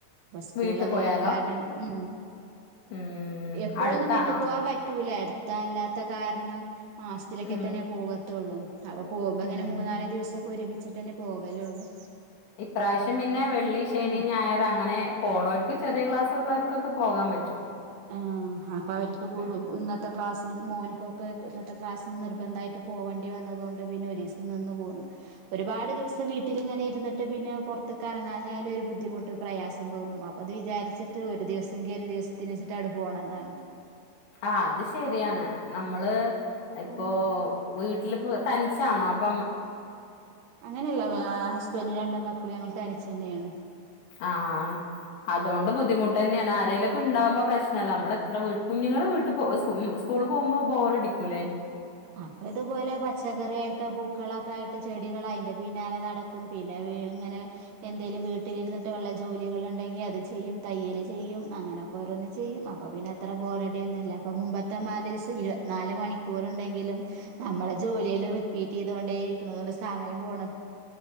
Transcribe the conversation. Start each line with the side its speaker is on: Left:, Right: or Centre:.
Right: ഇ സ്കൂളിലിക
Left: വീട്ട് പോയാലോ
Right: കാരണം ഉ
Left: ഉം
Right: എപ്പോഴൊന്ന്
Left: അടുത്താണോ
Right: വീട്ടിൽ പോകാൻ പറ്റൂല എടുത്ത അല്ലാത്ത കാരണം മാസത്തിലൊക്കെ
Left: ഉം
Right: തന്നെ പോകത്തുള്ളു അവ പോകുമ്പോ അങ്ങെ
Left: ഉം
Right: മൂന്നാല ദിവസൊക്കെ ഒരുമിച്ചിട്ട്ന്നെ പോവല്ലേ ഉള്ളൂ
Left: ഇപ്രാവശ്യം പിന്നെ വെള്ളി ശനി
Right: ആ
Left: ഞായർ അങ്ങനെ പോണവർക്ക് ചെറിയ ക്ലാസ് ള്ളവർക്കൊക്കെ പോകാൻ പറ്റും
Right: ആ അപ്പൊ അവർക്ക്
Left: ഉം
Right: ഇന്നത്തെ ക്ലാസ്സിന് മോനിക്കൊക്കെ ഇന്നത്തെ ക്ലാസ്സിന് നിർബന്ധമായിട്ട് പോകേണ്ടി വന്നത കൊൊണ്ട് പിന്നെ ഒരു ദിവസം നിന്ന് പോകുന്നു ഒരുപാട് ദിവസം വീട്ടിലിങ്ങനെ ഇരുന്നട്ട് പിന്നെ പുറത്തൊക്കെ ഇറങ്ങാഞ്ഞാലും ഒരു ബുദ്ധിമുട്ടും പ്രയാസം തോന്നും അപ്പോൾ അത് വിചാരിച്ചിട്ട് ഒരു ഒരു ദിവസംങ്കി ഒരു ദിവസത്തിന് വെച്ചിട്ട് അവി പോകണംതാണ്
Left: ആ അത് ശരിയാണ് നമ്മള് ഇപ്പോൊ
Right: ഉം
Left: വീട്ടിലി തനി ാണോ അപ്പ
Right: അങ്ങനെയല്ല ഹസ്ബന്ഡ രണ്ട് മക്കളും ഞങ്ങൾ തനിച്ചു തന്നെയാണ്
Left: ആഹ അതുകൊണ്ട് ബുദ്ധിമുട്ട് തന്നെയാണ് ആരേലുംൊക്കെ ഉണ്ടാവുമ്പോ പ്രശ്നമല്ല നമ്മളെ വീ നിങ്ങള്ൾ വീട്ടിൽ പോ സ്കൂളിൽ പോകുമ്പോ ബോറ അടിക്കൂല്ലേ
Right: അപ്പ ഇതുപോലെ പച്ചക്കറിയായിട്ടോ പൂക്കളൊക്കെ ആയിട്ട് ചെടികളോ അതിന്റെ പിന്നാലെ നടക്കും ും പിന്നെ ഇങ്ങനെ എന്തേലും വീട്ടിലിരുന്നിട്ട് വള്ള ജോലികൾ ഉണ്ടെങ്കിൽ അത് ചെയ്യും തയ്യല് ചെയ്യും അങ്ങനെയൊക്കെ ഓരോന്ന് ചെയ്യും അപ്പ പിന്നെ അത്ര പോറടിയൊന്നുംല്ല അപ്പ മുമ്പത്തെ മാതിരി ഇരുപത്തിനാല് മണിക്കൂർണ്ടെങ്ക ജല റിപ്പീറ്റ് ചെയ്തരിക്ക സമയ പോ